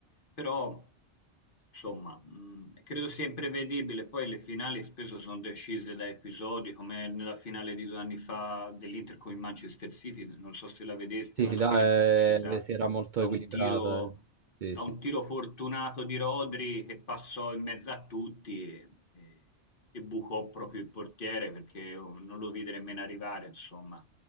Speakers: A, on the left; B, on the right.
A: però insomma, mm, credo sia imprevedibile. Poi le finali spesso sono decise da episodi, come nella finale di due anni fa dell'Inter con il Manchester City, non so se la vedesti,
B: Sì,
A: ma alla
B: là
A: fine fu decisa
B: eh, si era molto
A: da
B: equilibrata.
A: un tiro,
B: eh. Sì,
A: da un
B: sì.
A: tiro fortunato di Rodri che passò in mezzo a tutti e, e- e bucò proprio il portiere perché non lo vide nemmeno arrivare, insomma,